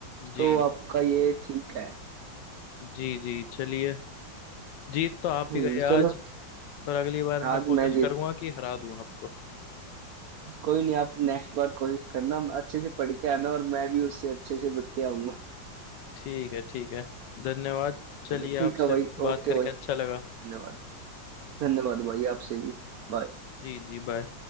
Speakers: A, on the left; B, on the right.
A: जी
B: तो आपका ये ठीक है
A: जी जी चलिए जीत तो आप
B: हम्म
A: ही गए
B: चलो
A: आज पर अगली बार
B: आज
A: मैं कोशिश
B: मैं जीत
A: करूंगा कि हरा दूं आपको
B: कोई नहीं आप नेक्स्ट बार कोशिश करना अच्छे से पढ़ के आना और मैं भी उससे अच्छे से पढ़ के आऊंगा
A: ठीक है ठीक है धन्यवाद चलिए
B: चलो ठीक
A: आपसे
B: है भाई
A: बात
B: ओके
A: करके
B: भाई
A: अच्छा लगा
B: धन्यवाद धन्यवाद भाई आपसे भी बाय
A: जी जी बाय